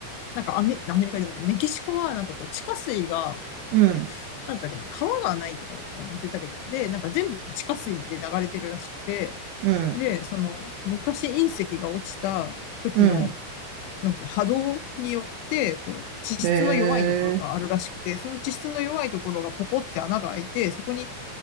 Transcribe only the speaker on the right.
うん、
うん、
うん。
へえ